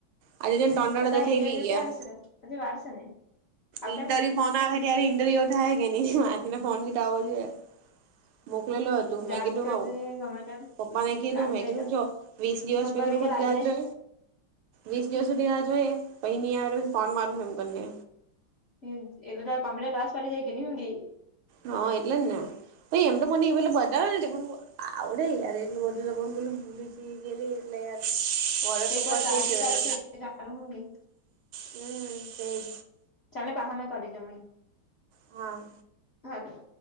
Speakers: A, on the right (about 85°); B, on the left (about 50°).
A: આજે જોની તન દાળા
B: તાર
A: તો થઈ
B: ઇન્ટરવ્યુ
A: બી ગીયા.
B: ક્યારે છે હજી વાર છે ને આવતા
A: ઈનતરી
B: મહિને
A: ફોન આવહે તારે ઈન્ટરવ્યૂ થહે કે ની માથી ને ફોન બી ત આવો જોયે. મોકલેલુ હતું.
B: જાત
A: મે કીડુ
B: કરજે
A: નું માવ
B: ગમે તેમ
A: પપ્પા ને કીધું
B: લાગી
A: મે
B: જાય
A: કું
B: તો
A: જો, વીસ દિવસ
B: ભગવાનને
A: પ કું
B: કે
A: ખુલી
B: લાગી
A: રહજો.
B: જાય
A: વીસ દિવસ
B: હમ
A: સુધી રા જોઈએ પહી ન આવે ફોન માર એમને.
B: હ એટલે તો કમ્ટ ક્લાસ પાડી જાય કે નહું ગ.
A: હા એટલે જ ને, પ એમ તો મને એ ર પણ આવડે યાર એટલું બધું તો બલું ભૂલી ગ એટલે યાર વરસ
B: તો એક વાર
A: પાસઈ
B: ટ્રાય
A: ગ
B: તો
A: હ
B: ચાલુ થઈ જાય ચાલુ હું કેય
A: હમ.
B: ચાલે બાહ મે કરી દમઈ.
A: હમ.
B: હા.